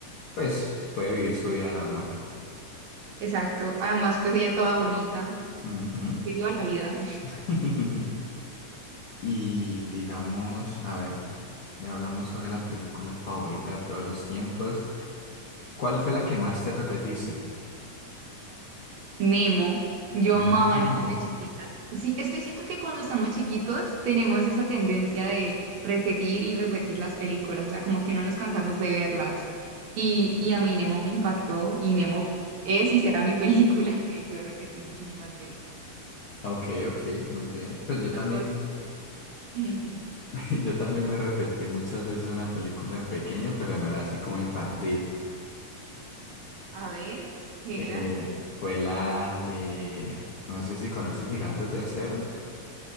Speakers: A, on the left; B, on the right.
A: pues puede vivir su vida normal.
B: Exacto. Además, pues ella toda bonita.
A: Ujú.
B: Que viva la vida.
A: <laughs> Y digamos, a ver, ya hablamos sobre la película favorita de todos los tiempos. ¿Cuál fue la que más te repetiste?
B: Nemo. Yo
A: Mm,
B: amaba
A: Nemo.
B: a Nemo de chiquita. Sí, es que siento que cuando estamos chiquitos tenemos esa tendencia de repetir y repetir las películas, o sea, como que no nos cansamos de verlas. Y, y a mí Nemo me impactó y Nemo f- es y será mi <laughs> película que yo repetí muchísimas veces.
A: Ok, ok, muy bien. Pues yo
B: Las
A: también,
B: fueron- <laughs>
A: <laughs> yo también me repetí muchas veces una película de pequeño, pero no era así como infantil.
B: A ver, ¿qué
A: Eh,
B: era?
A: fue la de, no sé si conoces Gigantes de Acero,